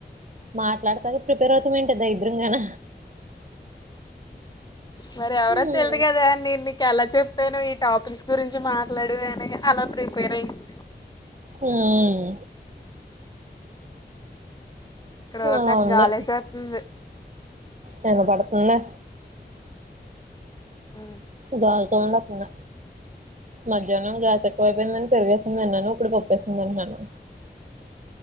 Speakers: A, on the right; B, on the left.
A: మాట్లాడతాది ప్రిపేర్ అవుతా ఏన్ సే దరిద్రంగాన
B: మరి ఎవరో
A: ఉమ్
B: తెల్దు కదా నేను నీకు ఎలా చె పాను ఈ టాపిక్స్ గురించి మాట్లాడు అనే అలా ప్రిపేర్ అయింది
A: మ్మ్ ఉమ్మ్
B: ఇక్కడ పోతే
A: అలా ఉంది
B: గాలిసేత్తుంది
A: వినపడుతుందా
B: మ్మ్
A: గాల్ సౌండ్ వత్తుంది మధ్యాహ్నం గ్యాప్ ఎక్కువైపోయిందని పెరుగేసుకొని తిన్నాను ఇప్పుడు పప్పేసుకొని తింటున్నాను